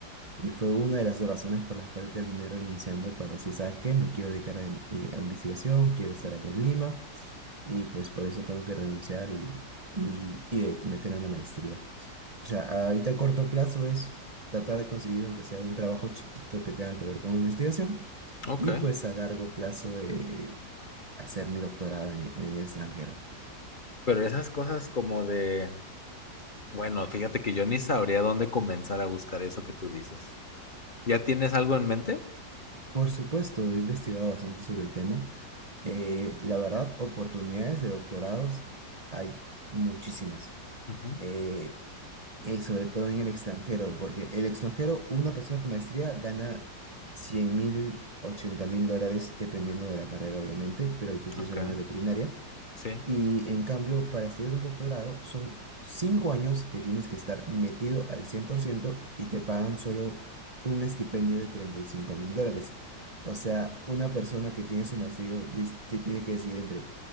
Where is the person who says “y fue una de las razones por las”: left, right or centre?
Right